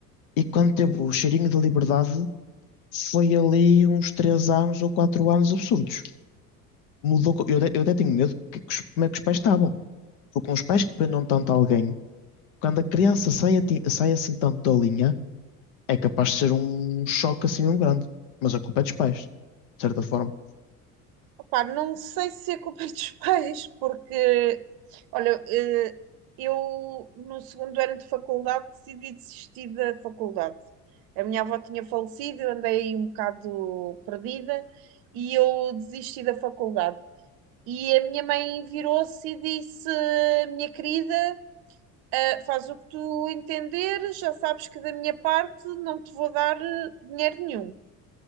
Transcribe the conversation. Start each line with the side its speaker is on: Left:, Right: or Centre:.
Left: e quando teve o cheirinho da liberdade foi ali uns três anos ou quatro anos absurdos mudou. co- Eu até, eu até tenho medo que, que os- como é que os pais estavam. Ou com os pais que prendam tanto alguém, quando a criança sai, ati- sai assim tanto da linha, é capaz de ser um choque assim mesmo grande. Mas a culpa é dos pais, de certa forma.
Right: Opa, não sei se é culpa <laughs> dos pais, porque, olha, eh, eu no segundo ano de faculdade decidi desistir da faculdade. A minha avó tinha falecido, eu andei aí um bocado perdida e eu desisti da faculdade. E a minha mãe virou-se e disse: Minha querida, ah, faz o que tu entenderes, já sabes que da minha parte não te vou dar eh, dinheiro nenhum.